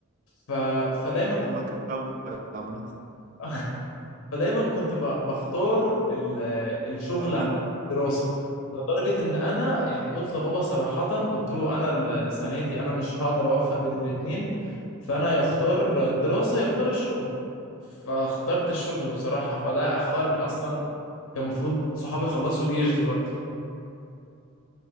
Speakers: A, on the left; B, on the right.
A: ف... فدايما
B: فاهمك
A: كنت
B: قوي يا عم
A: <laughs> فدايما كنت ب... بختار ال... الشغل
B: فاهمك
A: عن الدراسه لدرجه ان انا يعني قلت لبابا صراحه قلت له انا ال- السنه دي انا مش هقدر اوفق بين الاتنين فانا يختار الدراسه يختار الشغل فاخترت الشغل بصراحه فده اخرني اصلا كان المفروض صحابي خلصوا جيش دلوقتي